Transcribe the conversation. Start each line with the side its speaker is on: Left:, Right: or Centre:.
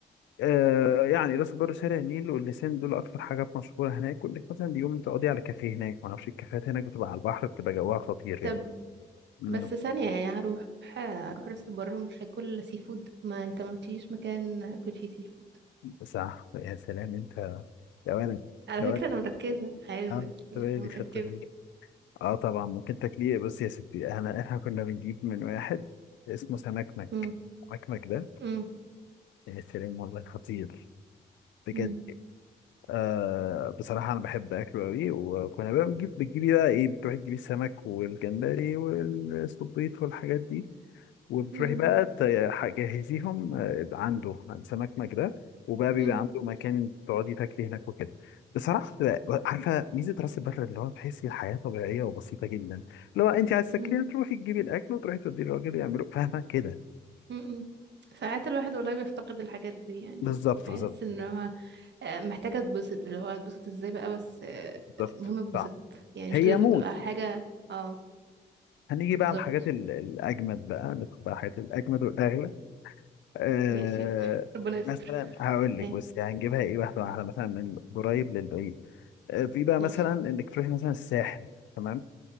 Left: آه يعني راس البر شارع النيل واللسان دول اكتر حاجات مشهوره هناك وانك مثلا اليوم تقضي على كافيه هناك ما اعرفش الكافيهات هناك بتبقى على البحر بتبقى جواها خطير
Right: طب
Left: يعني امم
Right: بس ثانية يعني هروح هروح راس البر ومش هاكل سي فود ما انت ما قلتليش مكان اكل فيه سي فود
Left: صح يا سلام انت يا ولد
Right: على
Left: يا ولد
Right: فكرة انا مركزة علمك
Left: اه
Right: يعني
Left: طب إيه
Right: انا
Left: اللي
Right: مركزة
Left: خدت بالك؟ آه، طبعا ممكن تاكليه بص يا ستي انا احنا كنا بنجيب من واحد اسمه سمكمك
Right: مم.
Left: سمكمك ده
Right: مم.
Left: يا سلام والله خطير بجد
Right: مم.
Left: آه بصراحة أنا بحب أكله أوي وكنا بقى بنجيب بتجيبي بقى إيه بتروحي تجيبي السمك والجمبري والسبيط والحاجات دي وبتروحي
Right: مم.
Left: بقى تجهزيهم آه، عنده عند سمك مجده وبقى بيبقى
Right: مم.
Left: عنده مكان تقعدي تاكلي هناك وكده بصراحة بتبقى- عارفة ميزة راس البر اللي هو تحسي الحياة طبيعية وبسيطة جدا لو أنت عايز تاكليها
Right: مم.
Left: تروحي تجيبي الأكل وتروحي توديه للراجل يعمله فاهمة كده
Right: مم. ساعات الواحد والله بيفتقد الحاجات دي يعني
Left: بالظبط
Right: بحس
Left: بالظبط
Right: ان هو آه، محتاجة اتبسط اللي هو اتبسط ازاي بقى بس آه،
Left: بالظبط
Right: المهم اتبسط
Left: صح
Right: يعني مش
Left: هي
Right: لازم
Left: موت
Right: تبقى حاجة اه
Left: هنيجي بقى
Right: بالظبط
Left: على الحاجات ال- الأجمد بقى ندخل بقى الحاجات الأجمد والأغلى أه
Right: ماشي <laughs> ربنا يستر
Left: مثلا هقول لك
Right: ايه
Left: بس هنجيبها إيه واحدة واحدة مثلا من قريب للبعيد أه في بقى
Right: ماشي
Left: مثلا إنك تروحي مثلا الساحل تمام